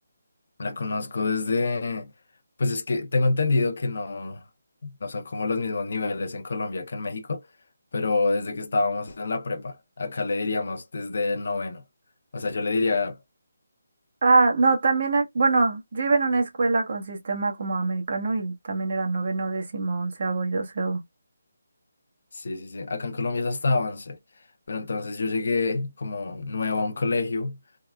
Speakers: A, on the left; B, on the right.
A: La conozco desde, pues es que tengo entendido que no, no son como los mismos niveles en Colombia que en México, pero desde que estábamos en la prepa, acá le diríamos desde el noveno. O sea, yo le diría,
B: Ah, no, también, ac- bueno, yo iba en una escuela con sistema como americano y también era noveno, décimo, onceavo y doceavo.
A: sí, sí, sí, acá en Colombia es hasta once, pero entonces yo llegué como nuevo a un colegio